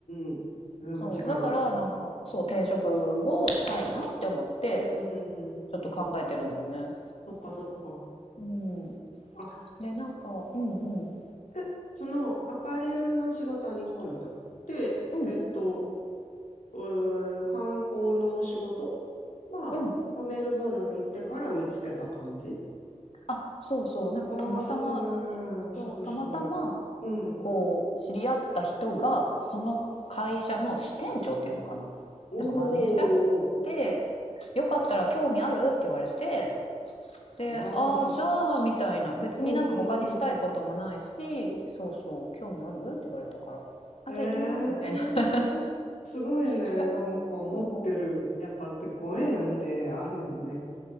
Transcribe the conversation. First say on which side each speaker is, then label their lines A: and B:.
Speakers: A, on the left; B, on the left.
A: んうんうん。いや、
B: そうだからなんかそう転職をしたいなって思って
A: 間違いない。うん、うん、うん、うん。
B: ちょっと考えてるんだよね。
A: そっか、そっか。
B: うん
A: あ、
B: で、なんかうんうん。
A: え、その、アパレルの仕事は日本じゃなくて、
B: うん
A: えっと、うー観光の仕事は、
B: うん。
A: まあメルボルン行ってから見つけた感じ
B: あ、そうそう、なんかたまたまし
A: ああー、すごいね。すごい、
B: そう、たまたま、
A: すごい。うん。
B: こう、知り合った人が、その会社の支店長っていうのかな、
A: おーおー
B: なんかマネージャー？で、「よかったら興味ある？」って言われて、で、
A: おーおーわあ、
B: 「ああ、
A: すごい。
B: じゃあ」みたいな、別になんか他にしたいこともないし、
A: うん、うん、うん、うん。
B: そうそう、「興味ある？」って言われたから、「あ、
A: ええーすごいね。
B: じゃあ行きます」みたいな。<laughs>
A: なんか持ってる。
B: そう。
A: やっぱ、ご縁ってあるもんね。